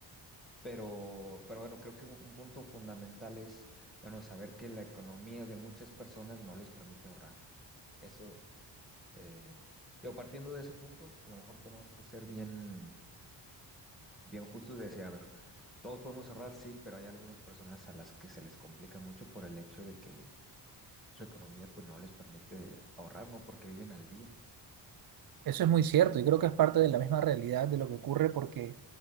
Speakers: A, in the centre; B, on the right.
A: Pero, pero bueno, creo que un, un punto fundamental es, bueno, saber que la economía de muchas personas no les permite ahorrar. Eso Eh, digo, partiendo de ese punto, a lo mejor tenemos que ser bien, bien justos y decir, a ver, todos podemos ahorrar, sí, pero hay algunas personas a las que se les complica mucho por el hecho de que su economía pues no les permite ahorrar, ¿no? Porque viven al día.
B: Eso es muy cierto y creo que es parte de la misma realidad de lo que ocurre porque